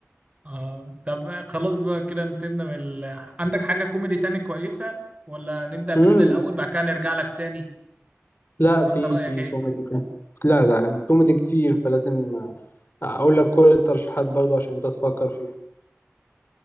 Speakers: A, on the right; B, on the left.
A: آه طب خلاص بقى كده نسيبنا من ال... عندك حاجة كوميدي تاني كويسة ولا نبدأ بدول
B: امم
A: الأول بعد كده نرجع لك تاني
B: لا
A: ولا
B: في
A: أنت رأيك
B: في
A: إيه؟
B: كوميدي كان لا لا الكوميدي كتير فلازم آه، اقول لك كل الترشيحات برضه عشان انت تفكر فيها